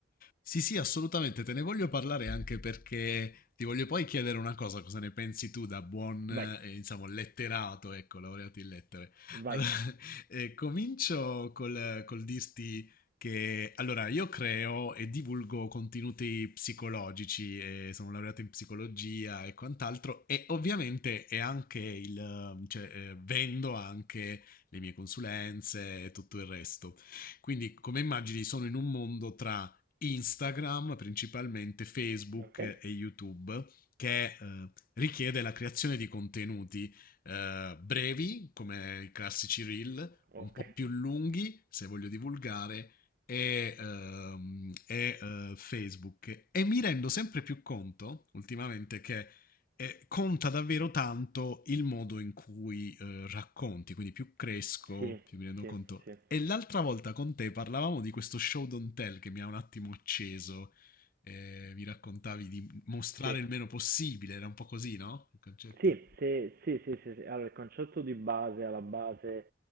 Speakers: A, on the left (about 50°); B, on the right (about 50°).
A: Sì, sì, assolutamente, te ne voglio parlare anche perché ti voglio poi chiedere una cosa, cosa ne pensi tu da buon,
B: Vai,
A: eh, diciamo, letterato, ecco, laureato in lettere.
B: vai.
A: Allora, <laughs> eh, comincio col, col dirti che, allora, io creo e divulgo contenuti psicologici, eh, sono laureato in psicologia e quant'altro, e ovviamente è anche il, eh, cioè, eh, vendo anche le mie consulenze e tutto il resto. Quindi, come immagini, sono in un mondo tra Instagram, principalmente Facebook
B: Ok?
A: e YouTube, che eh, richiede la creazione di contenuti eh, brevi, come i classici reel,
B: Ok?
A: un po' più lunghi, se voglio divulgare, e, ehm, e, eh, Facebook. E mi rendo sempre più conto, ultimamente, che eh, conta davvero tanto il modo in cui eh, racconti, quindi più cresco,
B: Sì,
A: più mi rendo
B: sì,
A: conto.
B: sì,
A: E l'altra volta con te parlavamo di questo show don't tell che mi ha un attimo acceso. Eh, mi raccontavi di mostrare
B: sì.
A: il meno possibile, era un po' così, no? Il concetto.
B: Sì, se sì, sì, sì, sì. Allora, il concetto di base, alla base,